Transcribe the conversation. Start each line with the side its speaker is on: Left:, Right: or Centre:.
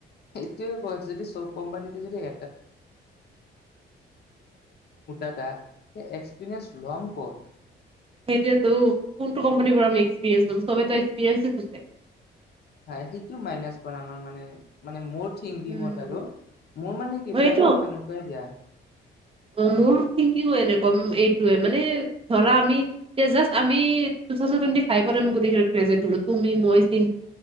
Left: এইটোয়ে কৈছ যদি চব কোম্পানী এ্ ল ম এটা এক্ে কমকট
Right: সেইতিয়ো কোনটো কোম্পানীৰ এক্সপৰিেঞ্চো চবো এক্সপৰিেঞ্চ খজে
Left: হয় সেইটো মাইনাচ কৰা আমাৰ মানে মানে ম থংকিঙ
Right: উম
Left: মোৰ মানে ক
Right: সেইটো
Left: প্ৰ এভাগ এনেকুৱাই দিয়া
Right: অ মোৰ থিংকিংো এনেকুৱা এইটোয়ে মানে ধৰা আমি এ জাষ্ট আমি ু থাউডুৱেট ফাইভত আি গেই গ্ৰেজেটল তুম মইং